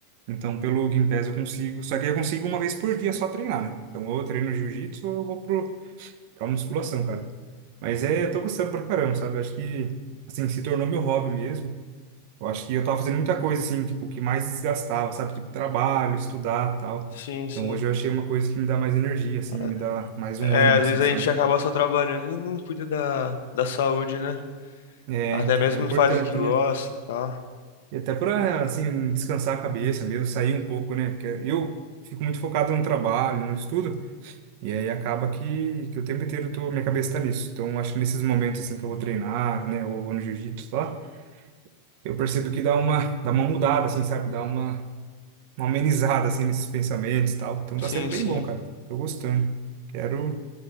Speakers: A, on the right (about 50°); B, on the left (about 75°).
A: Então, pelo Gympass eu consigo. Só que eu consigo uma vez por dia só treinar, né? Então, ou eu treino jiu-jitsu ou eu vou pro, pra musculação, cara. Mas é, eu tô gostando pra caramba, sabe? Eu acho que, assim, se tornou meu hobby mesmo. Eu acho que eu tava fazendo muita coisa, assim, tipo, que mais desgastava, sabe? Tipo, trabalho, estudar, tal.
B: Sim, sim.
A: Então, hoje eu achei uma coisa que me dá mais energia, assim,
B: Ah,
A: me dá mais um
B: É,
A: ânimo,
B: às
A: assim,
B: vezes
A: sabe?
B: a gente acaba só trabalhando e não cuida da, da saúde, né?
A: É,
B: Até
A: então,
B: mesmo
A: é importante,
B: não faz o que gosta
A: né?
B: e tal.
A: E até para, assim, descansar a cabeça mesmo, sair um pouco, né? Porque eu fico muito focado no trabalho, no estudo, e aí acaba que, que o tempo inteiro eu tô, minha cabeça tá nisso. Então, acho que nesses momentos, assim, que eu vou treinar, né, ou vou no jiu-jitsu lá, eu percebo que dá uma, dá uma mudada, assim, sabe? Dá uma, uma amenizada, assim, nesses pensamentos e tal. Então, tá
B: Sim,
A: sendo bem
B: sim.
A: bom, cara. Tô gostando. Quero,